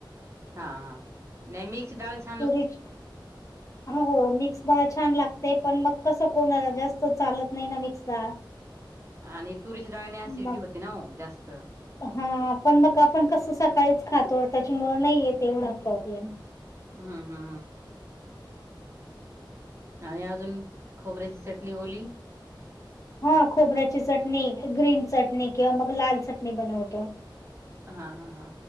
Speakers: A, on the right (about 35°); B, on the left (about 40°).
A: हा हा न मिक्स ाल
B: तरीच हो मिक्सदाळ छान लागते पण मग कसं कोणाला जास्त चालत नाही ना मिक्सदा
A: आणि तुरीच्या डाळीने असिडिटी
B: मग
A: होती ना जास्त
B: हा पण मग आपण कसं सकाळीच खातो त्याच्यामु नाही येत एवढा प्रॉब्लेम
A: हा हा आणि अजून खोबऱ्याची चटणी ओली
B: हा खोबऱ्याची चटणी ग्रीन चटणी किंवा मग लाल चटणी बनवतो.
A: हा हा हा